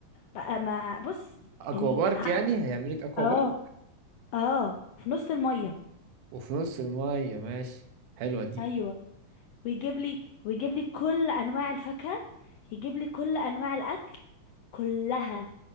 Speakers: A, on the left; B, on the right.
A: بقى ما بص
B: اكوا
A: يعني
B: بارك
A: هعمل
B: يعني هيعملك اكوا
A: اه
B: بارك
A: اه في نص المية
B: وفي نص المية ماشي حلوة دي
A: ايوه ويجيب لي ويجيب لي كل انواع الفاكهة يجيب لي كل انواع الاكل كلها